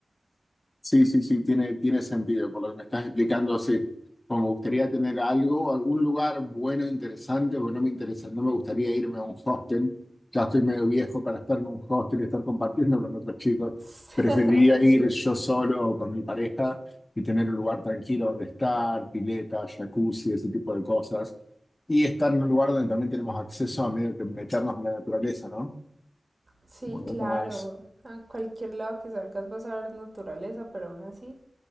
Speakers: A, on the left; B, on the right.
A: Sí, sí, sí, tiene, tiene sentido por lo que me estás explicando. Sí, como me gustaría tener algo, algún lugar bueno, interesante, porque no me interesa, no me gustaría irme a un hostel. Ya estoy medio viejo para estar en un hostel y estar compartiendo con otros chicos.
B: <laughs>
A: Preferiría ir
B: Sí,
A: yo solo o con mi pareja y tener un lugar tranquilo donde estar, pileta, jacuzzi, ese tipo de cosas. Y estar en un lugar donde también tenemos acceso a medio que meternos en la naturaleza, ¿no?
B: sí,
A: Un poco
B: claro.
A: más
B: A cualquier lado que salgas vas a ver naturaleza, pero aún así